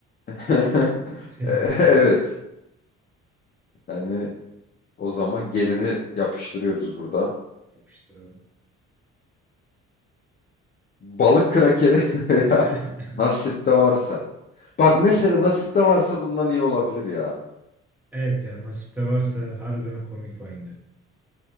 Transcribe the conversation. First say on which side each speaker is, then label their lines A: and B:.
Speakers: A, on the left (about 35°); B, in the centre.
A: <laughs>
B: <laughs> Şeyin
A: E-
B: üstüne.
A: Evet. Yani o zaman gelini yapıştırıyoruz burada.
B: Yapıştıralım.
A: Balık krakeri <laughs> veya
B: <laughs>
A: nasipte varsa. Bak mesela nasipte varsa bundan iyi olabilir ya.
B: Evet ya nasipte varsa harbiden komik Vine'di.